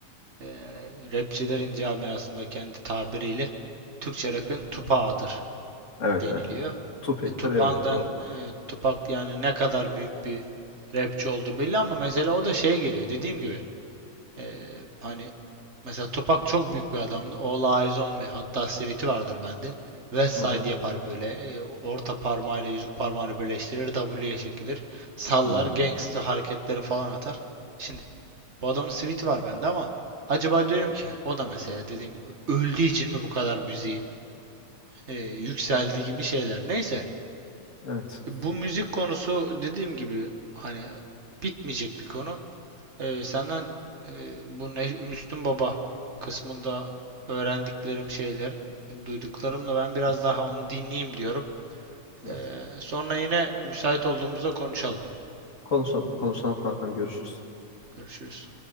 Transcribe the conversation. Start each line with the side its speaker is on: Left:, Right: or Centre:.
Right: e, rapçilerin camiasında kendi tabiriyle Türkçe rap'in tupağıdır.
Left: Evet
Right: deniliyor.
Left: evet. Tupek'tir
Right: E, Tupac'dan
Left: evet doğru.
Right: e, Tupac yani ne kadar büyük bir rapçi oldu belli ama mesela o da şey geliyor dediğim gibi e, hani mesela Tupac çok büyük bir adamdı. All Eyes On Me hatta Sweet'i vardır bende. Westside
Left: Hı hı.
Right: yapar böyle e, orta parmağıyla yüzük parmağını birleştirir W'ye çekilir sallar
Left: Hmm.
Right: gangsta hareketleri falan atar. Şimdi bu adamın Sweet'i var bende ama acaba diyorum ki o da mesela dediğim gibi öldüğü için mi bu kadar müziği e, yükseldi gibi şeyler. Neyse
Left: Evet.
Right: bu müzik konusu dediğim gibi hani bitmeyecek bir konu. Ee, senden e, bu Ne- Müslüm Baba kısmında öğrendiklerim şeyler, duyduklarımla ben biraz
Left: Evet.
Right: daha onu dinleyeyim diyorum.
Left: evet.
Right: Ee, sonra yine müsait olduğumuzda konuşalım.
Left: Konuşalım konuşalım kankam görüşürüz.
Right: Görüşürüz.